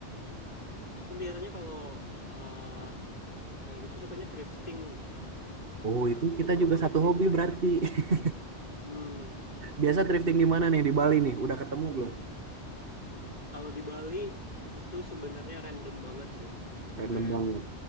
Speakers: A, on the left; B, on the right.
A: Aku biasanya kalau eh kayak gitu sukanya drifting.
B: Oh,
A: Nah,
B: itu
A: aku
B: kita
A: suka banget
B: juga
A: drifting
B: satu hobi
A: akhir-akhir
B: berarti.
A: ini.
B: <laughs>
A: Hmm.
B: Biasa thrifting di mana nih di Bali nih? Udah ketemu belum?
A: <laughs> Kalau di Bali itu sebenarnya random banget sih.
B: Random
A: Kayak
B: banget.